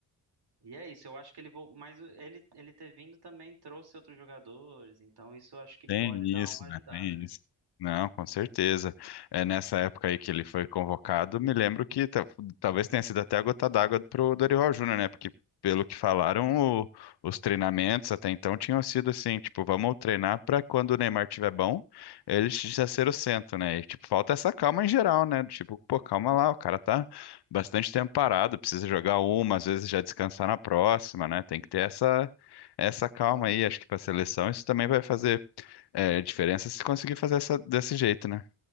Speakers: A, on the right (about 65°); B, on the left (about 65°).
A: e é isso, eu acho que ele vou, mas o- ele ele ter vindo também trouxe outros jogadores, então isso eu acho que
B: Tem
A: pode dar
B: isso,
A: uma ajudada,
B: né? Tem
A: né?
B: isso. Não, com certeza. É nessa época aí que ele foi convocado, me lembro que ta- talvez tenha sido até a gota d'água pro Dorival Júnior, né? Porque pelo que falaram, o- os treinamentos até então tinham sido assim, tipo, vamos treinar para quando o Neymar tiver bom, ele já ser o centro, né? E tipo, falta essa calma em geral, né? Tipo, pô, calma lá, o cara tá bastante tempo parado, precisa jogar uma, às vezes já descansar na próxima, né? Tem que ter essa essa calma aí, acho que para a seleção isso também vai fazer é, a diferença é se conseguir fazer essa, desse jeito, né?